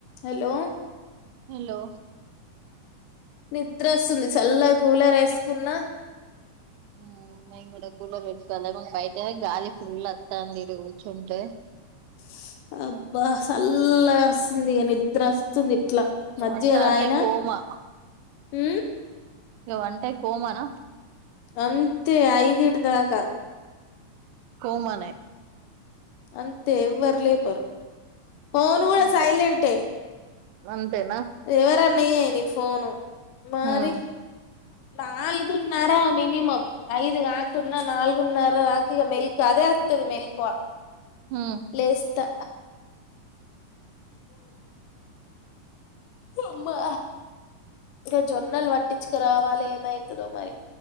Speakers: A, on the left; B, on the right.
A: Hello
B: hello
A: నిద్రస్తుంది సల్ల cooler ఏసుకున్న
B: ఆ మేం కూడా కూలర్ పెట్టుకోలే మాకు బయటనే గాలి ఫుల్ అత్తంది కూర్చుంటే
A: స్స్ అబ్బా సల్లగస్తుంది ఇగా నిద్ర అస్తుంది ఇట్లా
B: ఇగ
A: మజ్జిగ
B: వంట
A: దాగి
B: అంటే కోమా
A: ఉ
B: నువ్ బంటే కోమాన
A: అంతే ఐదిటి దాకా
B: కోమనే
A: అంతే ఎవ్వరు లేపరు ఫోన్ గూడ
B: అంతే
A: సైలెంటే
B: అంతేనా
A: ఎవరన్న జేయని ఫోను మారి
B: హ్మ్
A: నాలుగున్నర మినిమం ఐదు గాకున్నా నాల్గున్నర దాకా ఇగ మెల్క అదే అత్తది మెల్కువ
B: హ్మ్
A: లేస్తా అమ్మా ఇగా జొన్నలు పట్టిచ్చుక రావాలి ఏమయితదో మరి